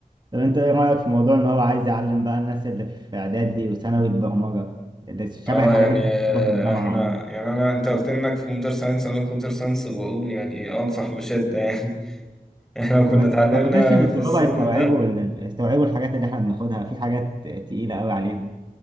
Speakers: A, on the right; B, in the centre.
A: طب انت ايه رأيك في موضوع ان هو عايز يعلم بقى الناس اللي في اعدادي وثانوي البرمجة اللي شبه
B: اه
A: الحاجات
B: يعني
A: اللي
B: آه،
A: بتاخدها في الجامعة
B: احنا
A: عندك
B: يعني انا انت قلت انك في كمبيوتر ساينس انا في كمبيوتر ساينس وبقول يعني انصح بشدة <laughs> يعني احنا كنا
A: بس
B: اتعلمنا
A: ما اعتقدش ان الطلاب
B: في السن
A: هيستوعبوا
B: ده
A: ال- هيستوعبوا الحاجات اللي احنا بناخدها في حاجات تقيلة قوي عليهم